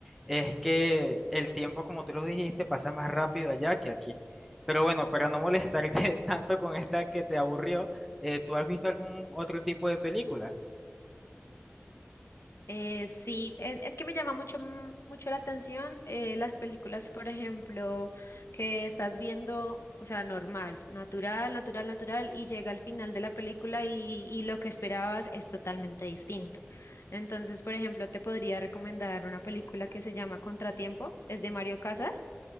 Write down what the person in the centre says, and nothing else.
es que el tiempo, como tú lo dijiste, pasa más rápido allá que aquí. Pero bueno, para no molestarte <laughs> tanto con esta que te aburrió, eh, ¿tú has visto algún otro tipo de película?